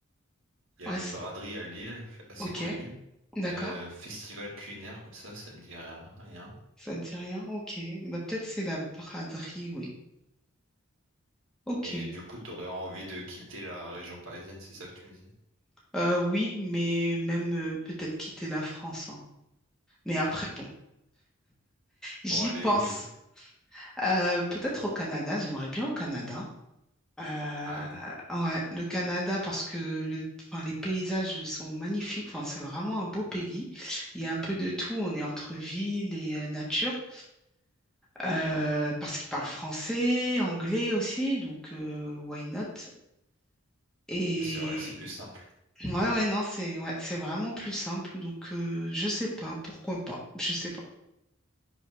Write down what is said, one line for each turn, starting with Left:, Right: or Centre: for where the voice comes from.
Right: Il y
Centre: Ouais,
Right: a une
Centre: c'est-
Right: braderie à Lille, assez
Centre: ok,
Right: connue.
Centre: d'accord.
Right: Euh, festival culinaire comme ça, ça me dit rien.
Centre: Ça ne dit rien. Ok, bah, peut-être c'est la braderie, oui. Ok.
Right: Et du coup, t'aurais envie de quitter la région parisienne, c'est ça que tu me disais?
Centre: Euh, oui, mais même euh, peut-être quitter la France. hein. Mais après,
Right: Ah,
Centre: bon, j'y
Right: pour aller
Centre: pense.
Right: où du coup?
Centre: Euh, peut-être au Canada. J'aimerais bien au Canada. Euh,
Right: Ah oui,
Centre: ah ouais, le Canada, parce que le, enfin, les paysages sont magnifiques. Enfin, c'est vraiment un beau pays. Il y a un peu de tout. On est entre ville et euh, nature. Euh, parce qu'ils parlent français, anglais aussi. Donc, euh, why not? Et
Right: c'est vrai que c'est plus simple.
Centre: ouais, ouais, non, c'est ouais, c'est vraiment plus simple. Donc, euh, je sais pas. Pourquoi pas? Je sais pas.